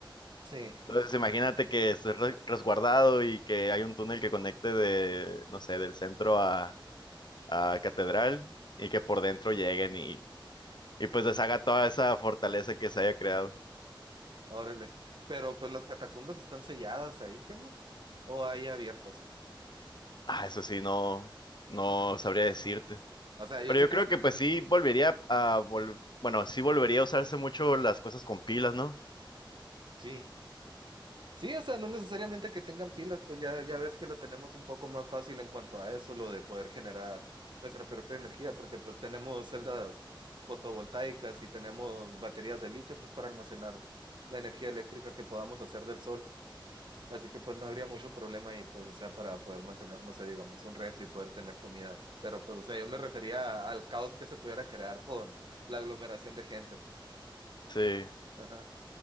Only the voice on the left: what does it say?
Entonces, imagínate que estés re- resguardado y que hay un túnel que conecte de, no sé, del centro a, a Catedral y que por dentro lleguen y, y pues deshaga toda esa fortaleza que se haya creado.
Ah, eso sí, no, no sabría decirte.
Pero
yo
creo
que pues sí volvería a, vol- bueno, sí volvería a usarse mucho las cosas con pilas, ¿no?
Sí.